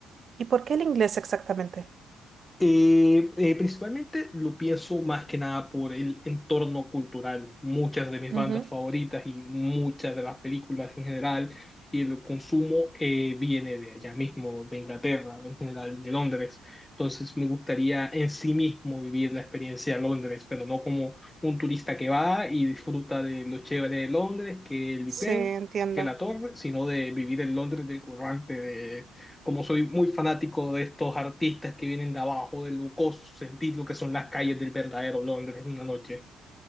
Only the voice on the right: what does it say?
¿Y por qué el inglés exactamente?
Ujú.
Sí,
entiendo.